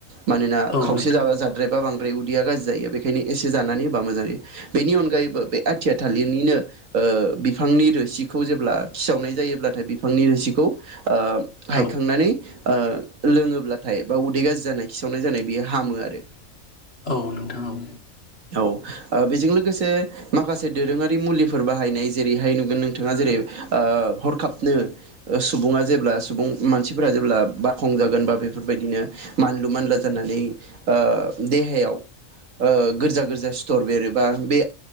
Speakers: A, on the right; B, on the left.
A: मानोना
B: औ
A: खावसे
B: नोंथां
A: जाबा जाद्रायबा बां बे उदैया गाज्रि जायो बेनिखायनो एसे जानानै होबा मोजायो बेनि अनगायैबो बे आथिया थालिरनिनो ओ बिफांनि रोसिखौ जेब्ला खिसावनाय जायोब्लाथाय बिफांनि रोसिखौ ओ हायखांनानै
B: औ
A: ओ लोङोब्लाथाय बा उदै गाज्रि जानाय खिसावनाय जानाय बियो हामो आरो।
B: औ नोंथां औ
A: औ ओ बेजों लोगोसे माखासे दोरोङारि मुलिफोर बाहायनाय जेरैहाय नुगोन नोंथाङा जेरै ओ हरखाबनो ओ सुबुङा जेब्ला सुबुं मानसिफोरा जेब्ला बाखंजागोन बा बेफोरबायदिनो मानलु मानला जानानै ओ देहायाव ओ गोरजा गोरजा सिथर' बेरोबा बे